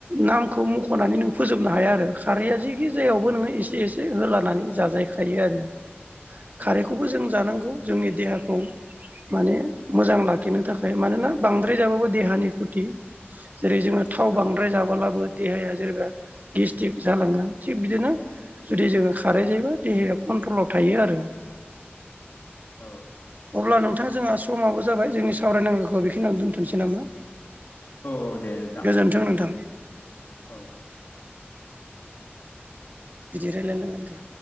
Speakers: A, on the right (about 40°); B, on the left (about 55°).
A: नामखौ मख'नानै नों फोजोबनो हाया आरो खारैआ जिखि जायावबो नोङो एसे एसे हो लानानै जा जायखायो आरो खारैखौबो
B: औ
A: जों जानांगौ जोंनि देहाखौ माने मोजां लाख खिनो थाखाय मानोना बांद्राय जाबाबो देहानि खुथि जेरै जोङो थाव
B: औ
A: बांद्राय जाबोलाबो देहाया जेनेबा गेस्टिक जालाङो थिग बिदिनो जुदि जोङो खारै जायोबा देहाया कम कनट्रलाव थायो आरो।
B: औ
A: अब्ला नोंथां जोंहा समाबो जाबाय जोंनि सावरायनांगौखौ बेखिनि दोनथ'नोसै नामा
B: औ औ दे नोंथां
A: गोजोन्थों
B: गोजोनथों
A: नोंथां
B: औ
A: बिदि रायलायनांगोन रा